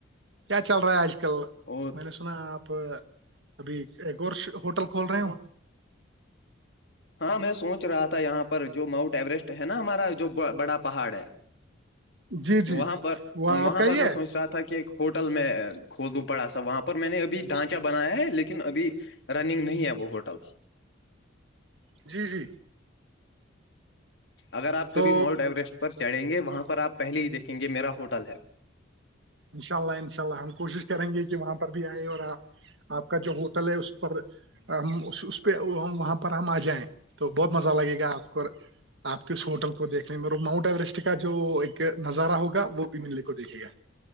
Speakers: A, on the right; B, on the left.
A: کیا چل رہا ہے آج کل
B: اور
A: میں نے سنا آپ ابھی ایک ہوٹل کھول رہے ہیں
B: ہاں میں سوچ رہا یہاں پر جو ماؤنٹ ایوریسٹ ہے نا ہمارا جو بڑا پہاڑ ہے
A: جی جی
B: وہاں پر
A: وہ آپ
B: وہاں
A: کا
B: پر
A: ہی
B: میں
A: ہے
B: سوچ رہا تھا تھا کہ ایک ہوٹل میں کھول دوں بڑا سا وہاں پر میں نے ابھی ڈھانچا بنایا ہے لیکن ابھی رنگ نہیں آب ہوٹا
A: جی جی
B: اگر آپ
A: تو
B: کبھی ماؤنٹ ایوریسٹ پر چڑھیں گے وہاں پر آپ پہلے ہی دیکھیں گے میرا ہوٹل ہے
A: انشاء اللہ انشاء اللہ ہم کوشش کریں گے کہ وہاں پر بھی آئے اور آپ کا جو ہوٹل ہے اس پر اس پہ وہاں پر ہم آ جائیں تو بہت مزہ لگے گا آپ کو آپ کے اس ہوٹل کو دیکھنے میں ماؤنٹ ایورسٹ کا جو ایک نظارہ ہوگا وہ بھی ملنے کو دیکھے گا